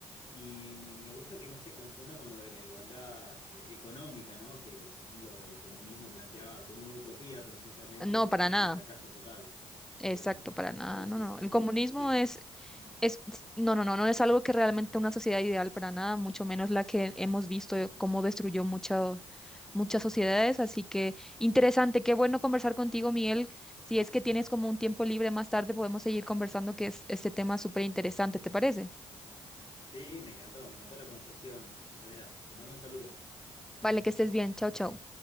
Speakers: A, on the left (about 35°); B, in the centre.
A: Y me gusta que no se confunda con lo de la igualdad, eh, económica, ¿no? Que, por ejemplo, el comunismo planteaba como una utopía precisamente
B: No,
A: y que
B: para
A: después
B: nada.
A: fue un fracaso total. Sí,
B: Exacto, para nada.
A: sí,
B: No,
A: sí,
B: no.
A: sí,
B: El
A: sí.
B: comunismo
A: Así que,
B: es
A: mm,
B: Es, no, no, no, no es algo que realmente una sociedad ideal para nada, mucho menos la que hemos visto de cómo destruyó mucho-
A: mm.
B: muchas sociedades. Así que interesante, qué bueno conversar contigo, Miguel. Si es que tienes como un tiempo libre más tarde, podemos seguir conversando, que es este tema súper interesante, ¿te parece?
A: sí, me encantó, me encantó la conversación. Antonella, te mando un saludo.
B: Vale, que estés bien. Chao, chao.